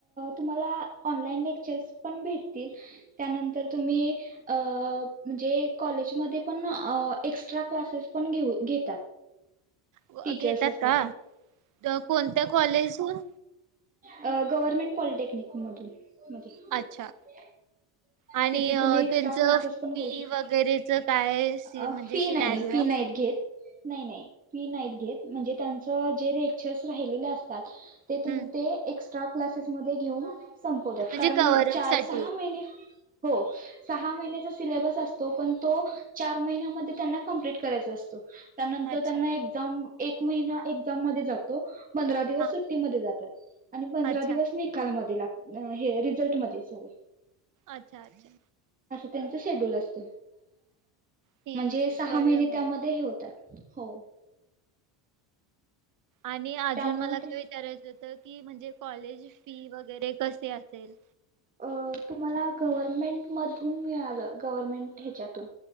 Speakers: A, on the right (about 15°); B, on the right (about 40°).
A: तुम्हाला ऑनलाईन लेक्चर्स पण भेटतील, त्यानंतर तुम्ही अ म्हणजे कॉलेजमध्ये पण अ एक्ट्रा क्लासेस पण घेऊ‌‌ घेतात.
B: व अ
A: टीचर्स
B: घेतात
A: असतात
B: का?
A: ते
B: कोणत्या कॉलेजून?
A: अ गव्हर्नमेंट पॉलिटेक्निक मधून. <unintelligible>
B: अच्छा आणि अ
A: तुम्ही एक्स्ट्रा
B: तेंचं
A: क्लासेस
B: फी
A: पण करू शकता.
B: वगैरेच काय स
A: फी
B: म्हणजे सिनारीओ
A: नाही फी नाहीत घेत नाही नाही फी नाहीत घेत, म्हणजे त्यांच जे लेक्चर्स राहिलेले असतात ते
B: हम्म.
A: तुम ते एक्स एस्ट्रा क्लासेसमध्ये घेऊन संपवतात
B: म्हणजे
A: कारण
B: कव्हरअप
A: चार
B: साठी
A: सहा महिने हो सहा महिन्याचा सिलेबस असतो. पण तो चार महिन्यामध्ये त्यांना कंप्लीट करायचा असतो. त्यानंतर
B: अच्छा
A: त्यांना एक्झाम एक महिना एक्झाम मध्ये जातो. पंधरा दिवस
B: हा
A: सुट्टीमध्ये जातात. आणि पंधरा
B: अच्छा
A: दिवस निकाल मध्ये ला अ हे रिझल्टमध्ये सॉरी.
B: अच्छा. अच्छा.
A: त्यांच शेड्यूल असत.
B: ठीक
A: म्हणजे
B: आहे
A: सहा
B: कळलं
A: महिने त्यामध्ये
B: मला
A: हे होतात. हो.
B: आणि अजून
A: त्यामुळे
B: मला काय
A: ते
B: विचारायचं त की म्हणजे. कॉलेज फी वगैरे. कसे असेल?
A: अ तुम्हाला गव्हर्मेंटमधून मिळालं, गव्हर्मेंट ह्याच्यातून.